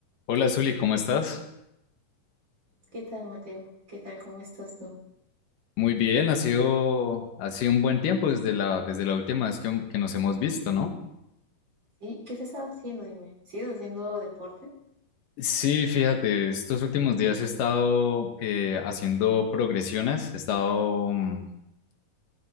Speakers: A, on the left; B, on the right.
A: Hola Zuli, ¿cómo estás?
B: ¿Qué tal, Mateo? ¿Qué tal? ¿Cómo estás tú?
A: Muy bien, ha sido, ha sido un buen tiempo desde la, desde la última vez que, que nos hemos visto, ¿no?
B: ¿Sí? ¿Qué estás haciendo? Dime. ¿Sigues haciendo deporte?
A: Sí, fíjate, estos últimos días he estado eh, haciendo progresiones, he estado mm,